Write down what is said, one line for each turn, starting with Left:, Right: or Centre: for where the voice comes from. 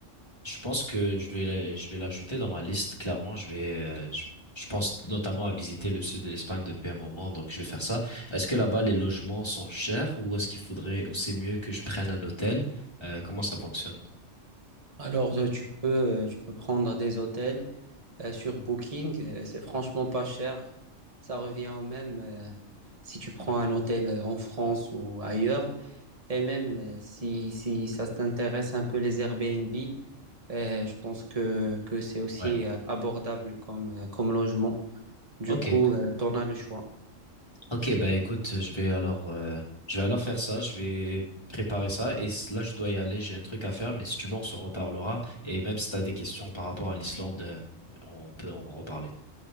Left: Je pense que je vais, je vais l'ajouter dans ma liste. Clairement, je vais, euh, je, je pense notamment à visiter le sud de l'Espagne depuis un moment, donc je vais faire ça. Est-ce que là-bas les logements sont chers ou est-ce qu'il faudrait, ou c'est mieux que je prenne un hôtel? Euh, comment ça fonctionne?
Right: Alors, euh, tu peux, euh, tu peux prendre des hôtels euh, sur Booking, euh, c'est franchement pas cher. Ça revient au même euh, si tu prends un hôtel euh, en France ou ailleurs. Et même euh, si, si ça t'intéresse un peu les Airbnb, euh, je pense que, que c'est aussi
Left: Ouais.
Right: euh, abordable comme, euh, comme logement. Du
Left: Ok,
Right: coup, euh, tu en as le choix.
Left: Ok, bah écoute, je vais alors, euh, je vais alors faire ça, je vais préparer ça et s- là je dois y aller, j'ai un truc à faire, mais si tu veux on s'en reparlera et même si t'as des questions par rapport à l'Islande, euh, on peut en reparler.